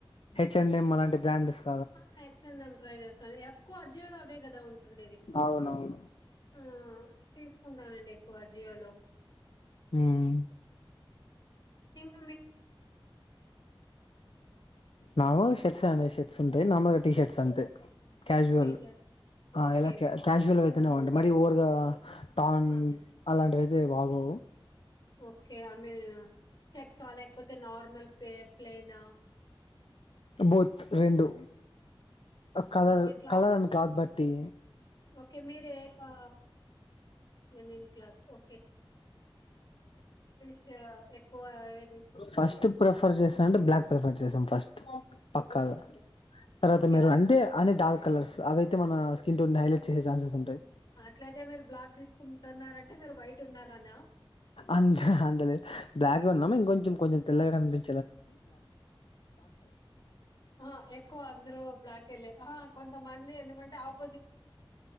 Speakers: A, on the left (about 75°); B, on the left (about 50°).
A: హెచ్ఎండి లాంటి బ్రాండ్ డిస్క్.
B: ఆహ్ హెచ్ఎంఎం ట్రై చేస్తా. ఎక్కువ అజీలో అవే కదా ఉంటుండేది
A: అవునవును
B: ఆహ్ తీసుకుంటానండి. కోజియో లో.
A: ఉమ్.
B: ఉమ్
A: నార్మల్ షెట్స్ అండి షర్ట్స్. నార్మల్గా టీషర్ట్స్ అంతే. casual
B: T shirts.
A: ఆహ్
B: ఓకే.
A: ఎలా క్యాజువల్ ఐ. తిన మంటే మరీ ఓవర్గా. టాన్
B: అవి.
A: అలాంటివి అయితే. ఇదే బాబు.
B: ఓకే ఐ మీన్ చెక్సా లేకపోతే నార్మల్ పే ప్లనా.
A: బోత్ రెండు. Colour
B: okay. క్లా
A: కలర్ అండ్ క్లాత్ బట్. టి
B: ఓకే మీరేకా లెనిన్. క్లాత్ ఓ. ష ఎక్కువ ఏవి తీసుకుంటారు?
A: ఫస్ట్ ప్రిఫర్ చేస్తాంటే బ్లాక్ ప్రిఫర్ చేస్తాం ఫస్ట్ పక్కాగా
B: ఓకే.
A: తర్వాత
B: ఓకే.
A: మేరున్
B: ఆహ్,
A: అంటే అని డార్క్ కలర్స్ అవైతే మన స్కిన్ టోన్ హైలైట్. చే జాసేస్ ఉంటాయి.
B: అట్లయితే మీరు బ్లాక్ తీసుకుంటున్నారంటే మీరు వైట్ ఉన్నారానా.
A: అంత అంతలేదు బ్లాక్గా ఉన్నాం ఇంకొంచెం. కొంచెం తెల్లగా కనీపిం
B: ఆహ్ ఎక్కువ అందరు బ్లాకే లే. కొంతమంది ఎందుకంటే అపు